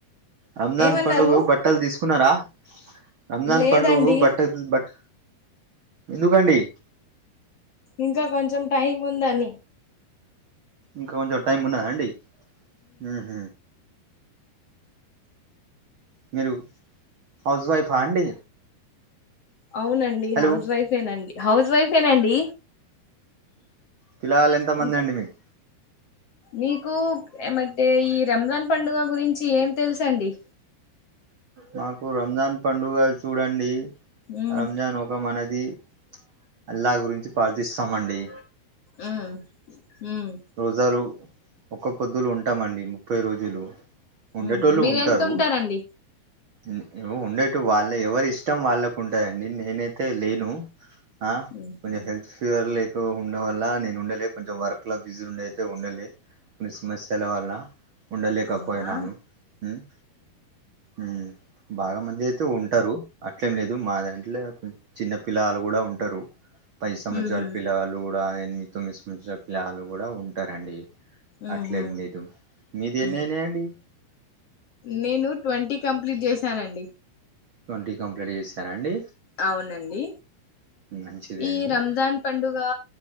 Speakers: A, on the right; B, on the left.
A: రంజాన్
B: ఏమన్నారు
A: పండుగు బట్టల్ తీసుకున్నారా? రంజాన్
B: లేదండి
A: పండుగు బట్టల్ బట్ట ఎందుకండి
B: ఇంకా కొంచెం టైం ఉందని
A: ఇంకా కొంచెం టైమ్ ఉన్నదా అండి. ఉమ్ మీరు హౌస్ వైఫా అండి
B: అవునండి
A: హలో
B: హౌస్ వైఫేనండి హౌస్ వైఫేనండి
A: పిల్లాలు ఎంతమంది
B: ఇంకా
A: అండి మీక్
B: మీకు ఏమంటే ఈ రంజాన్ పండుగ గురించి ఏం తెలుసు అండి
A: మాకు రంజాన్ పండుగ చూడండి
B: ఉమ్
A: రంజాన్ ఒక మనది ఇది అల్లా గురించి పార్థిస్తామండి.
B: ఉహ్మ్ ఉమ్
A: రోజాలు ఒక్క పొద్దులు ఉంటామండి ముప్పై రోజులు ఉండేటోళ్ళు
B: ఉమ్ మీరెంత
A: ఉంటారు.
B: ఉంటారండి
A: మ్ ఉండేట్టు వాళ్ళ ఎవరి ఇష్టం వాళ్ళకు ఉంటదండి నేనైతే లేను. ఆ
B: ఉహు
A: కొంచెం హెల్త్ ఫివర్లో రో ఉండ వల్ల నేను ఉండలే కొంచెం వర్క్ లో బిజీ ఉండ అయితే ఉండలే కొన్ని సమస్యల వల్ల ఉండలేకపోయినాను
B: అవునా
A: ఉమ్
B: అ
A: ఉమ్. బాగా మంది అయితే ఉంటారు అట్లేం లేదు మా దాంట్లో చిన్న పిల్లలు కూడా ఉంటారు పది సంవత్సరాల
B: ఉహు
A: పిల్లలు కూడా ఎనిమిది తొమ్మిది సంవత్సరాల పిల్లలు కూడా ఉంటారండి
B: ఉహు
A: అట్లేం లేదు మీది ఎన్నైనాయ్
B: ఉమ్
A: అండి
B: నేను ట్వంటీ కంప్లీట్ చేసానండి
A: ట్వంటీ కంప్లీట్ చేశారా అండి
B: అవునండి
A: మంచిది
B: ఈ
A: అండి
B: రంజాన్ పండు గా